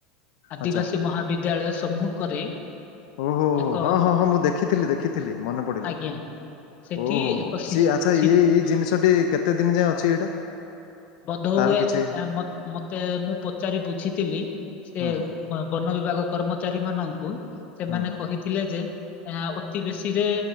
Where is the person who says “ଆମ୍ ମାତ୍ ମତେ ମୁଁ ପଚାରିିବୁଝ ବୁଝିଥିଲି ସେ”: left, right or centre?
Left